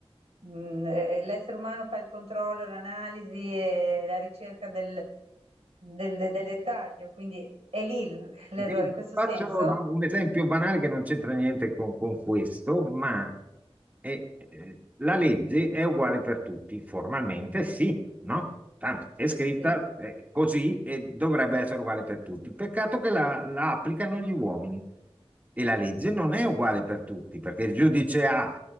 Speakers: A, on the right (about 80°); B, on the right (about 15°).
A: mh, eh, l'essere umano fa il controllo, l'analisi e la ricerca del, del- del dettaglio, quindi è lì l- l'errore
B: Ti
A: in
B: ti
A: questo
B: faccio
A: senso?
B: no, un esempio banale che non c'entra niente con, con questo, ma è- eh, la legge è uguale per tutti, formalmente sì, no? Tanto è scritta
A: Sì.
B: eh, così e dovrebbe essere uguale per tutti. Peccato che la, la applicano gli uomini e la legge non è uguale per tutti, perché il giudice A